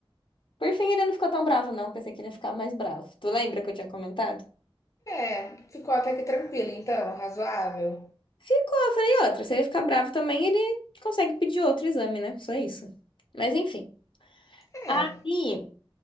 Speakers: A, on the left; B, on the left.
A: Por fim, ele não ficou tão bravo, não. Pensei que ele ia ficar mais bravo. Tu lembra que eu tinha comentado?
B: É, ficou até que tranquilo, então, razoável.
A: Ficou, eu falei outra. Se ele ficar bravo também, ele consegue pedir outro exame, né? Só isso. Mas enfim.
B: É.
A: Aí.